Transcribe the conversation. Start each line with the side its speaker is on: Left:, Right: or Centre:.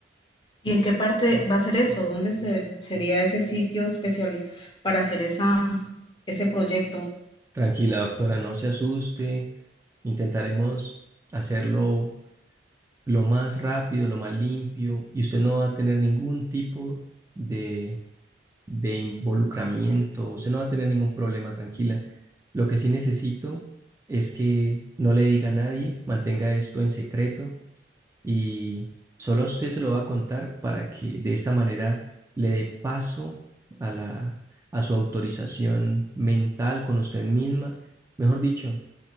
Left: ¿Y en qué parte va a ser eso? ¿Dónde se- sería ese sitio especial para hacer esa, ese proyecto?
Right: Tranquila, doctora, no se asuste. Intentaremos hacerlo lo más rápido, lo más limpio, y usted no va a tener ningún tipo de de involucramiento, usted no va a tener ningún problema, tranquila. Lo que sí necesito es que no le diga a nadie, mantenga esto en secreto y solo a usted se lo va a contar para que de esta manera le dé paso a la, a su autorización mental con usted misma. Mejor dicho,